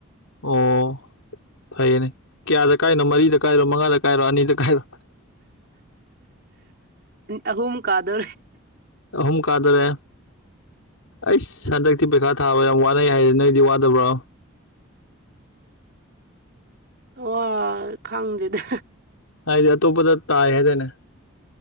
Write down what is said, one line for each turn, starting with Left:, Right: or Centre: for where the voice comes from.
Left: ꯑꯣ ꯐꯩꯅꯦ ꯀꯌꯥꯗ ꯀꯥꯏꯅꯣ ꯃꯔꯤꯗ ꯀꯥꯏꯔꯣ ꯃꯉꯥꯗ ꯀꯥꯏꯔꯣ ꯑꯅꯤꯗ ꯀꯥꯏꯔꯣ
Right: ꯑꯍꯨꯝ ꯀꯥꯗꯦ
Left: ꯑꯍꯨꯝꯀꯥꯗ꯭ꯔ ꯑꯩꯁ ꯍꯟꯗꯛꯇꯤ ꯄꯩꯈꯥ ꯊꯥꯕ ꯌꯥꯝ ꯋꯥꯅꯩ ꯍꯥꯏꯁꯦ ꯅꯣꯏꯗꯤ ꯋꯥꯗꯕ꯭ꯔꯣ
Right: ꯋꯥ ꯈꯪꯗꯦꯗ
Left: ꯍꯥꯏꯗꯤ ꯑꯇꯣꯞꯄꯗ ꯇꯥꯏ ꯍꯥꯏꯗꯅꯦ